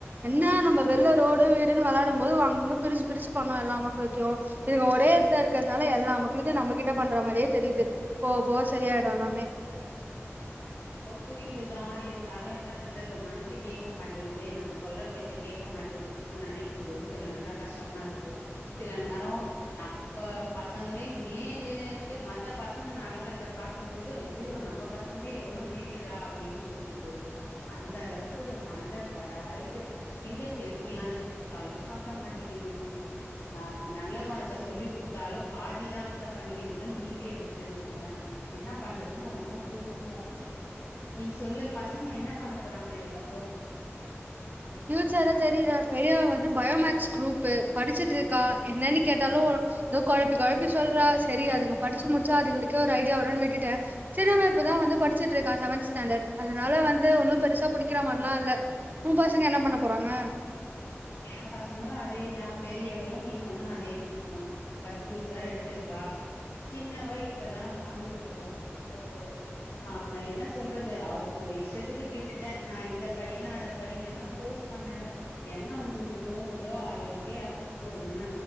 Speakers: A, on the right; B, on the left.
A: என்ன நம்ம வெள்ள ரோடு வீடு விளாடும் போது அங்க பிரிச்சி பிரிச்சு பண்ணோம் எல்லா அமக்களுத்தோ இதுங்க ஒரே இடத்துல இருக்கத் னால எல்லா அமக்களுத்தையும் நம்மகிட்ட பண்ற மாதிரியே தெரியுது போவ போவ சரியாயிடும் எல்லாமே
B: எனக்கு புரியுதுதான் இருந்தாலும் என்ன பண்றது மனசு கேட்க மாட்டேங்குது நம்ம சொல்ற பேச்ச கேக்க மாட்டேனு நினைக்கும்போது சில நேரோம் கஷ்டமா இருக்கு சில நேரோம் நம்ம ப சங்களே மேலுன்ட்டு மத்த பசங்க நடக்கறத பார்க்கும்போது ஐயய்யோ நம்ம பசங்க எவ்ளோ மேலுடா அப்டின்னு தோனுது அந்த அளவுக்கு மண்டை கொடாயது எங்க ஹெல்த்தியானதை கொடுத்தாலும் சாப்பிட மாட்டேங்க ங்க் நல்ல குணத்தை சொல்லி கொடுத்தாலும் பாதி தான் அக்ச்ட் பண்ணிக்கக்குதுங்க மீதிய விட்டுடுதுங்க என்ன பண்றதுன்னு ஒண்ணும் புரியல நீ சொல்லு பசங்க என்ன பண்ண போறாங்க இதுக்கப்புறம்
A: பியூச்சர்ல தெரியல பெரிய வந்து பயோமக்ஸ் குரூப் படிச்சுட்டு இருக்கா என்னன்னு கேட்டாலு ஏதோ குழப்பி குழப்பி சொல்றா சரி அதுங்க படிச்சு முடிச்சா அதுங்களுக்கே ஒரு ஐடியா வரும் விட்டுட்டேன் சரி <unintelligible> தான் வந்து படிச்சுட்டு இருக்கான் செவன்த் ஸ்டாண்டர்ட் அதனால வந்து ஒன்னும் பெருசா புடிக்க மாரி லா இல்ல பசங்க என்ன பண்ண போறாங்க
B: என் பசங்களும் அதேதான் பெரியவளும் நீ சொன்ன அதே கூத் தான் பஸ்ட் குரூப் தான் எடுத்திருக்கா சின்னவ இப்பதான் செவன்து போறான் சோ ஆ என்ன சொல்றது அவங்கங்க இஷ்டத்துக்கு விட்டுட்டே நான் இத படிங்க அத படிங்கன்னா ஃபோர்சே பண்ணல என்ன உங்களுக்கு தோணுதோ அத எஃபெக்ட் போடுங்க